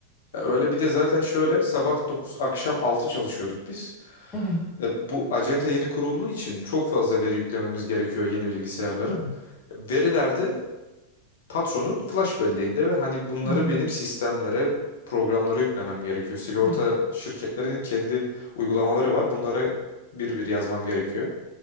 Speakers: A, on the left; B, on the left.
A: Ya öyle bir de zaten şöyle sabah 9 akşam 6 çalışıyorduk biz.
B: Evet.
A: E, bu acente yeni kurulduğu için çok fazla veri yüklememiz gerekiyor yeni bilgisayarlara.
B: Evet.
A: Verilerde patronun flash belleğinde ve hani bunları
B: Hı
A: benim sistemlere, programlara yüklemem gerekiyor. Sigorta
B: Evet.
A: şirketlerinin kendi uygulamaları var. Bunlara bir bir yazmam gerekiyor.